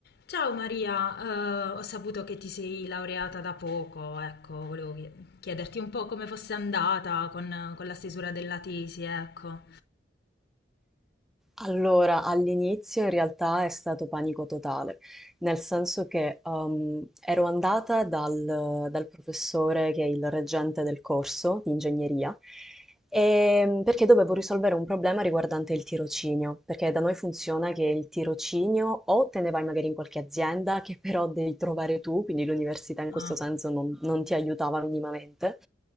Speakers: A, on the left; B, in the centre.
A: Ciao Maria, eh, ho saputo che ti sei laureata da poco, ecco, volevo chie- chiederti un po' come fosse andata con, con la stesura della tesi, ecco.
B: Allora, all'inizio in realtà è stato panico totale, nel senso che ehm, ero andata dal, dal professore che è il reggente del corso di ingegneria, ehm, perché dovevo risolvere un problema riguardante il tirocinio, perché da noi funziona che il tirocinio o te ne vai magari in qualche azienda che però devi trovare tu, quindi l'università in questo
A: Ah,
B: senso non, non ti aiutava minimamente,